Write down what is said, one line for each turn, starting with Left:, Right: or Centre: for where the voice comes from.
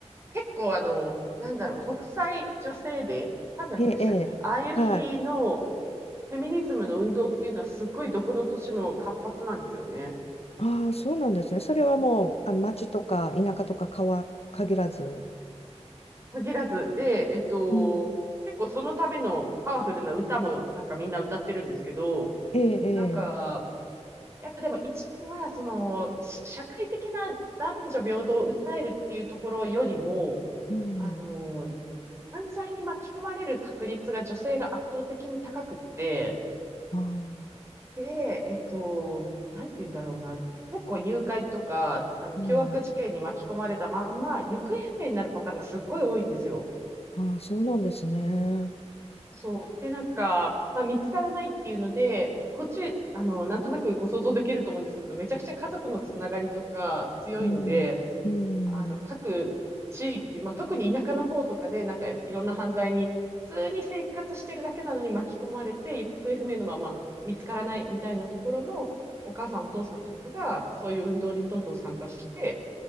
Right: 結構あの、なんだろう、国際女性デー、3月でしたっけああいう日の
Left: ええ、ええ、はい。
Right: フェミニズムの運動っていうのはすっごいどこの年も活発なんですよね。
Left: ああ、そうなんですね。それはもう、あ、町とか田舎とか川限らず。
Right: 限らず。で、えっと、
Left: うん、
Right: 結構そのためのパワフルな歌もなんかみんな歌ってるんですけど、
Left: ええ、え
Right: なんか、やっぱでも一部は、その、社会的な男女平等を訴えるっていうところよりも、
Left: え、うん、
Right: あの、犯罪に巻き込まれる確率が女性が圧倒的に高くって、
Left: ああ、
Right: で、えっと、なんて言うんだろうな、結構誘拐とか、あの、
Left: うん、
Right: 凶悪事件に巻き込まれたまんま、行方不明になるパターンがすっごい多いんですよ。
Left: ああ、そうなんですね。
Right: そう。で、なんか、まあ、見つからないっていうので、こっち、あの、なんとなくご想像できると思うんですけど、めちゃくちゃ家族のつながりとか強いので、
Left: うん、うん、
Right: あの、各地域、まあ、特に田舎の方とかで、なんかいろんな犯罪に、普通に生活してるだけなのに巻き込まれて、行方不明のまま見つからないみたいなところの、お母さん、お父さんとかが、そういう運動にどんどん参加して、